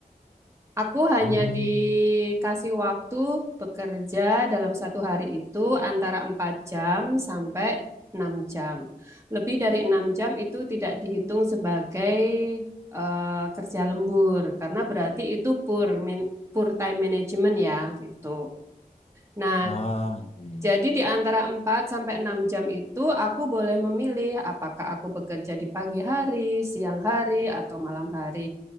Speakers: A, on the right; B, on the left.
A: Aku hanya
B: Hmm.
A: dikasih waktu bekerja dalam satu hari itu antara 4 jam sampai 6 jam. Lebih dari 6 jam itu tidak dihitung sebagai eh, kerja lembur, karena berarti itu poor, man- poor time management ya gitu. Nah,
B: Ah, iya, iya.
A: jadi di antara 4 sampai 6 jam itu aku boleh memilih apakah aku bekerja di pagi hari, siang hari, atau malam hari.